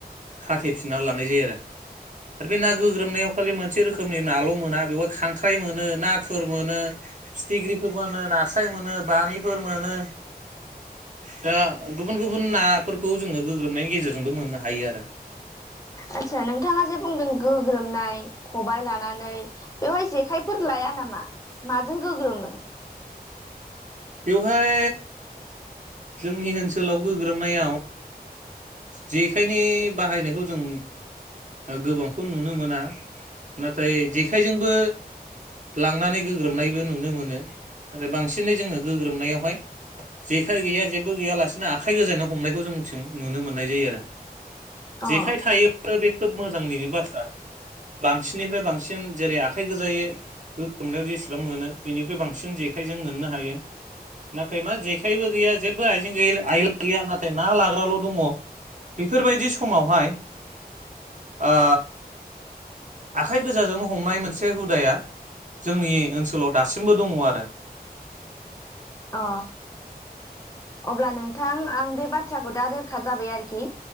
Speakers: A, on the right; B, on the left.
A: खाथेफिननानै लानाय जायो आरो आरो बे ना गोग्रोमनायाव खालि मोनसे रोखोमनि नाल' मोना बेवहाय खांख्राइ मोनो नाथुर मोनो फिथिग्रिफोर मोनो नास्राय मोनो बामिफोर मोनो दा गुबुन गुबुन नाफोरखौ जोङो गोग्रोमनायनि गेजेरजोंबो मोननो हायो आरो
B: आदसा नोंथाङा जे बुंदों गोग्रोमनाय खबायाइ लानानै बेवहाय जेखायफोर लाया नामा माजों गोग्रोमो?
A: बेवहाय जोंनि ओनसोलाव गोग्रोमनायाव जेखायनि बाहायनायखौ जों ओ गोबांखौ नुनो मोना नाथाय जेखायजोंबो लांनानै गोग्रोमनायबो नुनो मोनो नाथाय बांसिनै जोङो गोग्रोमनायावहाय जेखाय गैया जेबो गैयालासिनो आखाइ गोजायै हमनायखौ जोंनिथिं नुनो मोननाय जायो आरो जेखाइ
B: अ
A: थायो बे खोब मोजांनिनो बाथ्रा बांसिननिफ्राय्र बांसिन जेरै आखाइ गोजायै गोग्ग्रोमनायाव जेसेबां मोनो बिनिख्रुइ बांसिन जेखायजों मोननो हायो नाथाय मा जेखायबो गैया जेबो आइजें आइला गैया नाथाय ना लाग्राल' दङ बेफोरबायदि समावहाय ओ आखाइ गोजाजोंनो हमनाय मोनसे हुदाया जोंनि ओनसोलाव दासिमबो दङ आरो
B: अ अब्ला नोंथां आं बे बाथ्राखौ दा रोखा जाबाय आरोखि